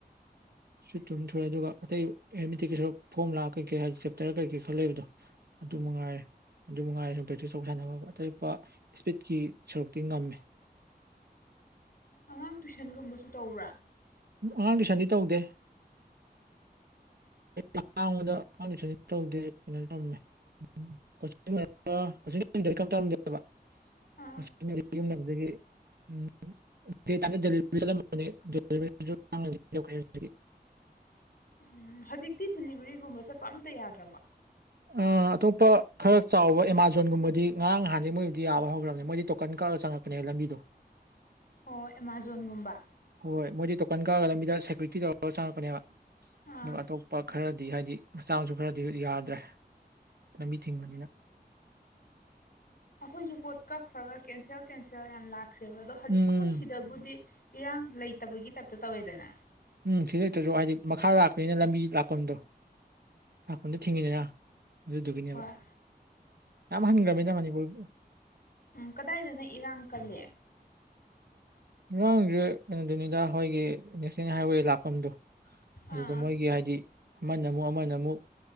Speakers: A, on the right; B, on the left.
A: ꯁꯨꯠꯇꯨꯝ ꯊꯨꯔꯦ ꯑꯗꯨꯒ ꯑꯇꯩ ꯑꯇꯤ ꯀꯩ ꯁꯔ ꯐꯣꯝ ꯂꯥꯛ ꯀꯩꯀꯩ ꯍꯥꯏꯗꯤ ꯆꯦꯞꯇꯔ ꯀꯩꯀꯩ ꯈꯜꯂꯦꯕꯗꯣ ꯑꯗꯨ ꯃꯉꯥꯏꯔꯦ ꯑꯗꯨ ꯃꯅꯨꯡꯉꯥꯏꯔꯦ ꯕ꯭ꯔꯦꯛꯇꯤꯁ ꯇꯧ ꯁꯥꯟꯅꯕ ꯑꯇꯣꯞꯄ ꯏꯁꯄꯤꯠꯀꯤ ꯁꯔꯨꯛꯇꯤ ꯉꯝꯃꯦ
B: ꯑꯉꯥꯡ ꯇꯨꯏꯁꯟꯒꯨꯝꯕꯁꯨ ꯇꯧꯕ꯭ꯔꯥ
A: ꯎꯝ ꯑꯉꯥꯡ ꯇꯨꯏꯁꯟꯗꯤ ꯇꯧꯗꯦ ꯑꯩ ꯍꯥꯡꯕꯗ ꯇꯧꯗꯦ ꯀꯩꯅꯣ ꯇꯝꯃꯦ <unintelligible>
B: ꯎꯝ
A: <unintelligible> ꯗꯒꯤ ꯎꯝ ꯗꯦꯇꯥꯏꯃꯗ ꯗꯦꯂꯤꯕꯔꯤ ꯆꯠꯂꯝꯕꯅꯤ ꯗꯦꯂꯤꯗꯔꯤꯁꯨ ꯇꯥꯡ ꯂꯩꯗꯅꯤꯅ ꯇꫭꯛꯈꯔꯦ ꯍꯧꯖꯤꯛꯇꯤ
B: ꯎꯝ ꯍꯧꯖꯤꯛꯇꯤ ꯗꯤꯂꯤꯚꯔꯤꯒꯨꯝꯕ ꯆꯠꯄ ꯑꯝꯇ ꯌꯥꯗ꯭ꯔꯕ
A: ꯑꯥ ꯑꯇꯣꯞꯄ ꯈꯔ ꯆꯥꯎꯕ ꯑꯦꯃꯥꯖꯣꯟꯒꯨꯝꯕꯗꯤ ꯉꯔꯥꯡ ꯍꯥꯟꯗꯤ ꯃꯣꯏꯕꯨꯗꯤ ꯌꯥꯕ ꯍꯧꯈ꯭ꯔꯕꯅꯤ ꯃꯣꯏꯗꯤ ꯇꯣꯀꯟ ꯀꯛꯑꯒ ꯆꯪꯉꯛꯄ ꯄꯥꯅꯦ ꯂꯝꯕꯤꯗꫭ
B: ꯑꯣ ꯑꯦꯃꯥꯖꯣꯟꯒꯨꯝꯕ
A: ꯍꯣꯏ ꯃꯣꯏꯗꯤ ꯇꯣꯀꯟ ꯀꯥꯔꯒ ꯂꯝꯕꯤꯗ ꯁꯦꯀ꯭ꯌꯨꯔꯤꯇꯤ ꯇꯧꯔꯒ ꯆꯪꯉꯛꯄꯅꯦꯕ
B: ꯑꯥ
A: ꯑꯗꯨꯒ ꯑꯇꯣꯞꯄ ꯄ ꯈꯔꯗꯤ ꯍꯥꯏꯗꯤ ꯃꯆꯥ ꯃꯁꯨ ꯈꯔꯗꯤ ꯌꯥꯗ꯭ꯔꯦ ꯂꯝꯕꯤ ꯊꯤꯡꯕꯅꯤꯅ
B: ꯑꯩꯈꯣꯏꯁꯨ ꯄꯣꯠ ꯀꯛꯈ꯭ꯔꯒ ꯀꯦꯟꯁꯦꯜ ꯀꯦꯟꯁꯦꯜ ꯌꯥꯝ ꯂꯥꯛꯈ꯭ꯔꯦꯕ ꯑꯗꯣ ꯍꯧꯖꯤꯛ
A: ꯎꯝ
B: ꯑꯩꯈꯣꯏ ꯁꯤꯗꯕꯨꯗꯤ ꯏꯔꯥꯡ ꯂꯩꯇꯕꯒꯤ ꯇꯥꯏꯞꯇ ꯇꯧꯋꯦꯗꯅ
A: ꯎꯝ ꯁꯤꯗ ꯂꯩꯇ꯭ꯔꯁꯨ ꯍꯥꯏꯗꯤ ꯃꯈꯥ ꯂꯥꯛꯄꯅꯤꯅ ꯂꯝꯕꯤ ꯂꯥꯛꯐꯝꯗꯣ
B: ꯑꯥ
A: ꯂꯥꯛꯐꯝꯗꯣ ꯊꯤꯡꯉꯤꯗꯅ ꯑꯗꯨꯗꯨꯒꯤꯅꯦꯕ
B: ꯍꯣꯏ
A: ꯌꯥꯝ ꯍꯟꯈ꯭ꯔꯃꯤꯗ ꯃꯅꯤꯄꯨꯔ
B: ꯎꯝ ꯀꯗꯥꯏꯗꯅ ꯏꯔꯥꯡ ꯀꯜꯂꯦ
A: ꯏꯔꯥꯡꯁꯦ ꯀꯩꯅꯣꯗꯨꯅꯤꯗ ꯑꯩꯈꯣꯏꯒꯤ ꯅꯦꯁꯅꯦꯜ ꯍꯥꯏꯋꯦ ꯂꯥꯛꯐꯝꯗꯣ ꯑꯗꯨꯗ
B: ꯑꯥ
A: ꯃꯣꯏꯒꯤ ꯍꯥꯏꯗꯤ ꯑꯃꯅ ꯑꯃꯨꯛ ꯑꯃꯅ ꯑꯃꯨꯛ